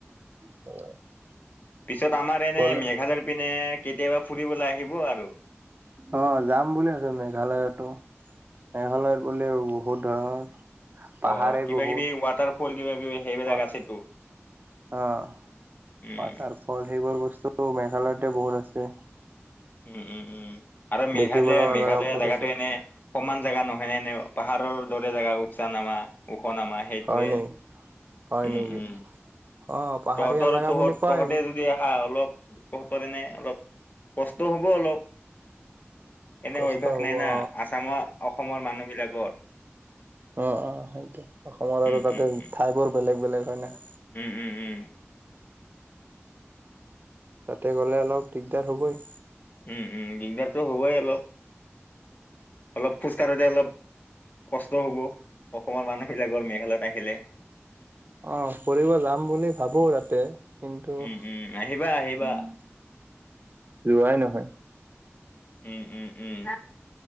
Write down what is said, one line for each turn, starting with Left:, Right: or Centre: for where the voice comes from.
Right: <unintelligible>
Left: পিছত আমাৰ এনে
Right: গলে
Left: মেঘালয়ৰ পিনে কেতিয়াবা ফুৰিবলৈ আহিব আৰু।
Right: অহ, যাম বুলি আছো মেঘালয়তো মেঘালয়ত গলে বহুত ধৰণৰ পাহাৰে
Left: অ অ কিবা
Right: বহুত
Left: কিবি ৱাটাৰ ফল কিবা কিবি সেইবিলাক
Right: পাত
Left: আছেতো
Right: অহ,
Left: উম,
Right: পাটাৰ ফল সেইবোৰ বস্তু মেঘালয়তে বহুত আছে।
Left: উম - উম - উম আৰু মেঘা
Right: দেখিব
Left: যে
Right: লগা
Left: মেঘালয়া
Right: জেগা বহুত
Left: জেগাটো
Right: আছে
Left: এনে সমান জেগা নহয়নে পাহাৰৰ দৰে জেগা উৎসাহ নামা। খনামা সেইটোয়ে
Right: হয় নেকি হয়
Left: উম-
Right: নেকি
Left: উম।
Right: অ পাহাৰীয়া
Left: তহতৰ
Right: জেগা
Left: - তহত
Right: বুলি কয়
Left: - তহতে যদি আহা অলপ তহতৰ এনে অলপ কষ্ট হব অলপ। এনে
Right: কষ্ট
Left: অভ্যাস
Right: হ'ব
Left: নাই না
Right: অ
Left: আচামৰ অসমৰ মানুহবিলাকৰ।
Right: অহ - অহ সেইটো অসমৰ
Left: উম,
Right: আৰু তাতে
Left: উম, উম,
Right: ঠাই বোৰ বেলেগ - বেলেগ হয় না।
Left: উম - উম - উম।
Right: তাতে গ'লে অলপ দিগদাৰ হ'বই।
Left: উম - উম দিগদাৰটো হ'বই অলপ। অলপ খোজ কাঢ়োতে অলপ কষ্ট হ'ব। অসমৰ মানুহ বিলাকৰ মেঘালয়ত আহিলে।
Right: অহ কৰিব যাম বুলি ভাবো তাতে কিন্তু উম।
Left: উম, আহিবা আহিবা <inaudible>
Right: যোৱাই নহয়।
Left: উম উম উম।